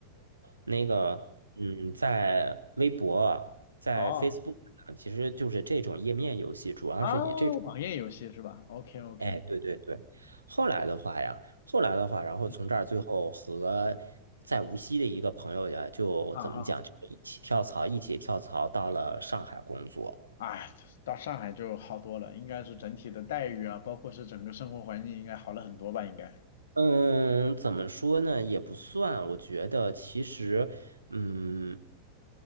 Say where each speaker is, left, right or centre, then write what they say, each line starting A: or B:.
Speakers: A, on the right; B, on the left.
A: 那个嗯，在微博、在
B: 哦
A: Facebook 上，其实就是这种页面游戏，主要是以这种。
B: 哦，网页游戏是吧？OK OK，
A: 哎，对对对，后来的话呀，后来的话，然后从这儿最后和在无锡的一个朋友呀，
B: 嗯
A: 就怎么讲，
B: 啊啊，
A: 就一起跳槽，一起跳槽到了上海工作。
B: 哎，到上海就好多了，应该是整体的待遇啊，包括是整个生活环境应该好了很多吧？应该，
A: 嗯，怎么说呢，也不算，我觉得其实，嗯，